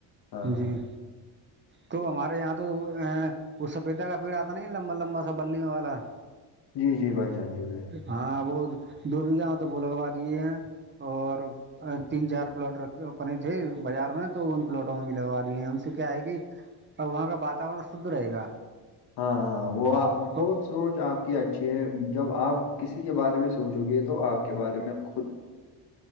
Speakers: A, on the left (about 65°); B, on the right (about 25°).
A: ہاں
B: جی تو ہمارے یہاں تو وہ سپیتا کا پیڑ آتا نہیں لمبا لمبا سب بلوں والا
A: جی جی بھائی جان جی بھائی جان
B: ہاں وہ دو بیھہ تو وہ لگوا دیے ہیں اور تین چار پلاٹکھ بنے تھے بازار میں تو ان پلاٹ لگوا دی ہیں ان سے کیا ہے کہ وہاں کا وااتاورن شھ رہے گا
A: ہاں ہاں وہ
B: تو
A: بہت سوچ آپ کی اچھی ہے جب آپ کسی کے بارے میں سوچو گے تو آپ کے بارے میں خود